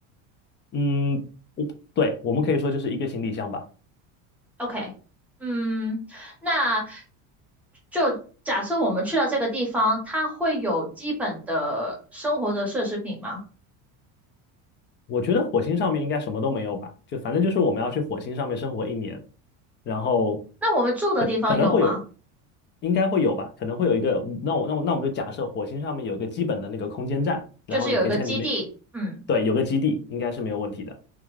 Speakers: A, on the left; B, in the centre.
A: 嗯，对，我们可以说就是一个行李箱吧。
B: OK，嗯，那就假设我们去到这个地方，它会有基本的生活的奢侈品吗？
A: 我觉得火星上面应该什么都没有吧，就反正就是我们要去火星上面生活一年，然后
B: 那我们住的地方有吗？
A: 可可能会有，应该会有吧，可能会有一个，那我那我那我们就假设火星上面有个基本的那个空间站，然后你可以在里面，
B: 就是有一个基地，嗯，
A: 对，有个基地应该是没有问题的，